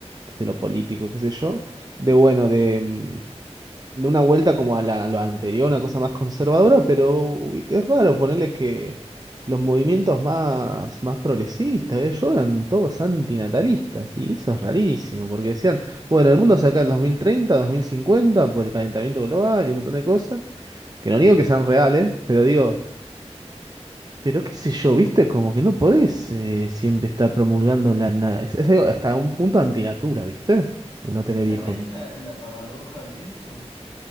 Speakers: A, on the right; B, on the left.
A: desde lo político, qué sé yo, de bueno, de... em, de una vuelta como a la, lo anterior, una cosa más conservadora, pero uy, es raro ponerle que los movimientos más, más progresistas, eh, yo eran todos antinatalistas, y eso es rarísimo, porque decían, bueno, el mundo se acaba en dos dos mil treinta dos mil cincuenta por el calentamiento global y un montón de cosas, que no digo que sean reales, pero digo... Pero qué sé yo, viste, como que no podés eh, siempre estar promulgando la... na- Es, es algo hasta un punto antinatura, viste, no tener
B: ¿Sabés
A: hijos.
B: la, la paradoja de eso?